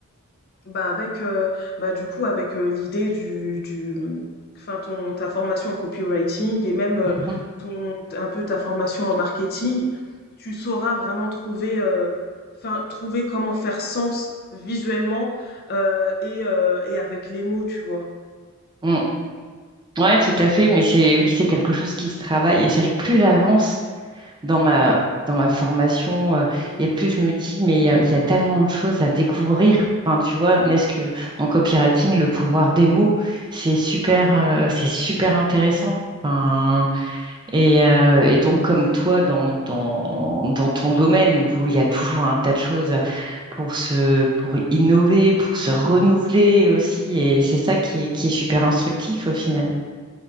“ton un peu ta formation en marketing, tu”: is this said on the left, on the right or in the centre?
Left